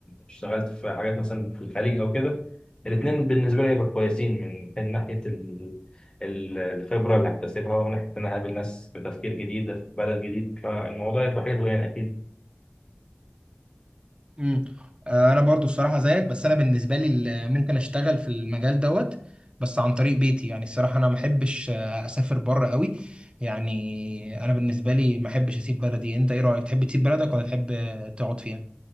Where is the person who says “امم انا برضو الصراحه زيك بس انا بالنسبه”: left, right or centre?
Right